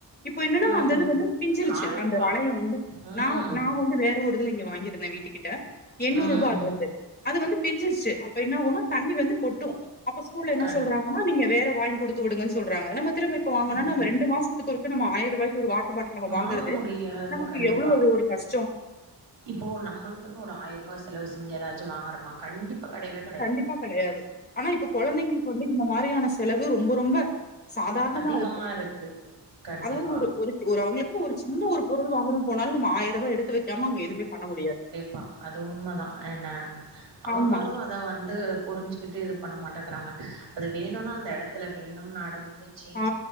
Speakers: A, on the left; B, on the right.
A: இப்போ என்னன்னா
B: ம்
A: அந்தது வந்து பிஞ்சிருச்சு
B: ஆயிரூவா
A: அந்த வளையோ வந்து
B: ம்
A: நா நா வந்து வே ற ஒரு இதுல இங்க வாங்கிருந்தே வீட்டு கிட்ட எண்ணூரூபா
B: ம்
A: அது வந்து அது வந்து பிஞ்சிருச்சு அப்ப என்ன ஆவுனு தண்ணி வந்து கொட்டூ அப்போ ஸ்கூல என்ன
B: கண்டிப்பா
A: சொல்றாங்கனா நீங்க வேற வாய்ங்க் குடுத்து வுடுங்கன் சொல்றாங்க நம்ம திரும்ப இப்ப வாங்குனா
B: ம்
A: நாம ரெண்டு மாசத்துக்கு ஒருக்க நம்ம ஆய ரூவாய்க்கு ஒரு வாட்ரு பாட் நம்ம
B: வாங்க
A: வாங்கறது
B: முடியாது
A: நமக்கு
B: கண்டிப்பா
A: எவ்ளோ அது ஒரு கஷ்டோ
B: இப்போ நம்மளுக்குனு ஒரு ஆய ரூவா செலவு செஞ்சு ஏதாச்சு வாங்கறமா கண்டிப் பா கடையவே க
A: கண்டிப்பா கடையாது ஆனா இப்ப கொழந்தைங்களுக்கு வந்து இந்த மாரியான செலவு ரொம்ப ரொம்ப சாதாரணமா
B: அதிகமாருக்கு
A: இருக்கு
B: கண்டிப்பா
A: அதாவது ஒரு ஒரு ஒரு அவங்களுக்குனு ஒரு சின்ன ஒரு பொருள் வாங்கணு போனாலே நம்ம ஆய ரூபா எடுத்து வைக்காம அங்க எதுவுமே பண்ண முடியா
B: பா அது உண்மதா என்ன அவங்களு
A: ஆமா
B: அ ந்த வந்து புரிஞ்சுக்கிட்டு இது பண்ண மாட்டக்கறாங்க அது வேணுனா அந்த எடத்துல வேணும்னு அடம் புடி ச்சி
A: ஆ